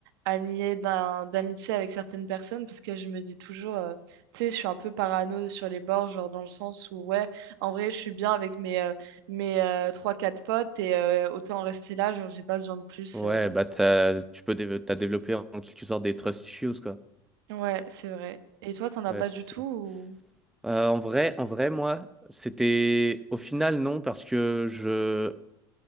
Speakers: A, on the right; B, in the centre.
A: à me lier d'un- d'amitié avec certaines personnes parce que je me dis toujours, euh, tu sais, je suis un peu parano sur les bords, genre dans le sens où, ouais, en vrai, je suis bien avec mes, euh, mes euh, 3-4 potes et euh, autant en rester là, genre j'ai pas besoin de plus.
B: Ouais,
A: euh.
B: bah t'as- tu peux déve- t'as développé en quelque sorte des trust issues quoi.
A: Ouais, c'est vrai. Et toi, t'en as
B: Ouais,
A: pas
B: c'est-
A: du tout ou...
B: Euh, en vrai, en vrai, moi, c'était au final non parce que je,